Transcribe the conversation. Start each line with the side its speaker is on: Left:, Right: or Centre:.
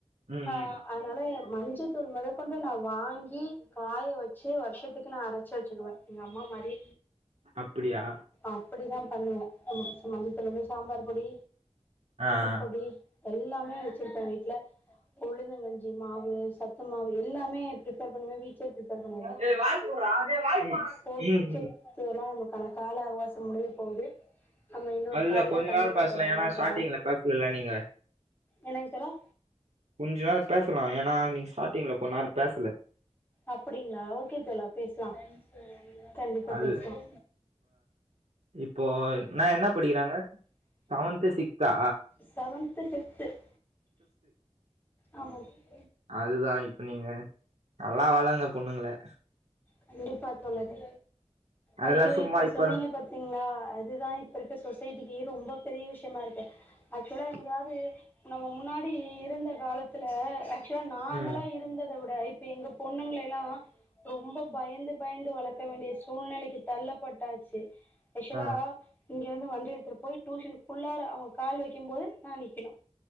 Right: ம்,
Left: ஆஹ்
Right: ம்.
Left: அனால எ மஞ்சத் தூள் மொத க்கொண்டு நா வாங்கி காய வச்சு வர்ஷத்துக்கு நா அரச்சு வச்சுக்குவ எங்கம்மா மாரி
Right: அப்படியா?
Left: அப்புடிதா பண்ணுவோ ம் மஞ்சத்தூள் சாம்பாரு பொடி
Right: ஆஹ்
Left: பொடி எல்லாமே வச்சிருப்பேன் வீட்டு்ல பொளுந்தங்கஞ்சி மாவு சத்து மாவு எல்லாமே பிப்பேர் பண்ணி வீட்லயே பிப்பேர் பண்ணிருவேன்
Right: டேய் வாய் போடுறா, டேய் வாய் ம். போடுறா.
Left: ஓகே
Right: ம், ம், ம்.
Left: இதெல்லாம் நமக்கான கால அவகாசம் கூடவே போகுது ஆமா இன்னொரு
Right: அதுதான்
Left: கால்ல
Right: கொஞ்ச
Left: கண்டிப்பா
Right: நேரம் பேசலாம்.
Left: தொடரலாம்
Right: ஏன்னா
Left: தோழா
Right: <unintelligible> நீங்க
Left: என்னங்க தோழா
Right: கொஞ்ச நேரம் பேசலாம் ஏனா நீங்க ஸ்டார்ட்டிங் கொஞ்சநேரம் பேசல
Left: அப்டிங்களா ஓகே தோழா பேசலா கண்டிப்பா
Right: அது
Left: பேசலா
Right: இப்ப ந என் படிறாங்க செவன்து சிக்ஸ்தா
Left: செவன்து ஃபிவேத் <inaudible>
Right: அதுதான் இப்ப நீங்க நல்லா வளங்க பொண்ணுங்கலே
Left: கண்டிப்பா தோழரே
Right: அதெல்லா
Left: ஐயோ
Right: சும்மா
Left: இப்ப
Right: இப்பதா
Left: சொன்னீங்க பாத்தீங்களா அதுதான் இப்ப இருக்க சொசைட்டிக்கு ரொம்ப பெரிய விஷயமா இருக்கு ஆக்சுவலா எங்காவது நம்ம முன்னாடி இருந்த காலத்து இதுல ஆக்சுவலா நாங்களாம்
Right: ம்
Left: இருந்ததை விட இப்ப எங்க பொண்ணுங்க எல்லாம் ரொம்ப பயந்து பயந்து வளர்க்க வேண்டிய சூழ்நிலைக்கு தள்ளப்பட்டாச்சு அச்ட்வல்ல
Right: ஆ
Left: இங்க இருந்து வண்டி இடத்து போய் டியூஷன்க்குள்ளார அவங்க கால் வைக்கும் போது நான் நிக்கணும்